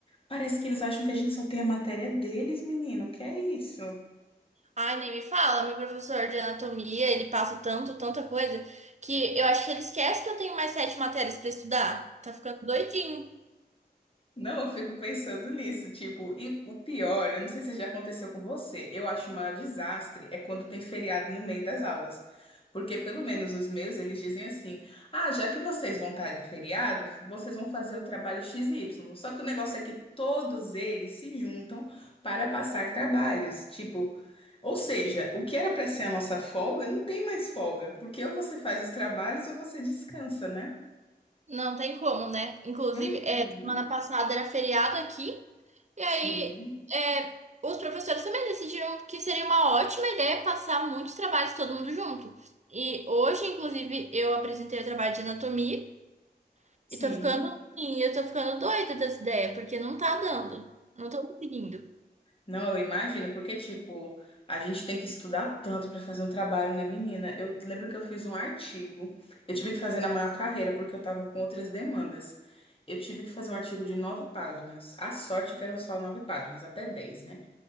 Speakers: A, on the left; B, on the right.
A: Parece que eles acham que a gente só tem a matéria deles, menino. Que é isso?
B: Ai, nem me fala, meu professor de anatomia, ele passa tanto, tanta coisa, que eu acho que ele esquece que eu tenho mais sete matérias pra estudar. Tá ficando doidinho.
A: Não, eu fico pensando nisso, tipo, e o pior, eu não sei se já aconteceu com você, eu acho o maior desastre é quando tem feriado no meio das aulas. Porque pelo menos os meus, eles dizem assim: "Ah, já que vocês vão estar de feriado, vocês vão fazer o trabalho X Y, Só que o negócio é que todos eles se juntam para passar trabalhos, tipo, ou seja, o que era para ser a nossa folga, não tem mais folga, porque ou você faz os trabalhos ou você descansa, né?
B: Não tem como, né? Inclusive,
A: Uhum,
B: é, semana passada era feriado aqui, e aí
A: sim,
B: é, os professores também decidiram que seria uma ótima ideia passar muitos trabalhos todo mundo junto. E hoje, inclusive, eu apresentei o trabalho de anatomia
A: sim.
B: e tô ficando assim, eu tô ficando doida dessa ideia, porque não tá dando. Não tô conseguindo.
A: Não, eu imagino, porque, tipo, a gente tem que estudar tanto para fazer um trabalho, né, menina? Eu lembro que eu fiz um artigo, eu tive que fazer na maior carreira, porque eu tava com outras demandas. Eu tive que fazer um artigo de nove páginas. A sorte é que eram só nove páginas, até dez, né?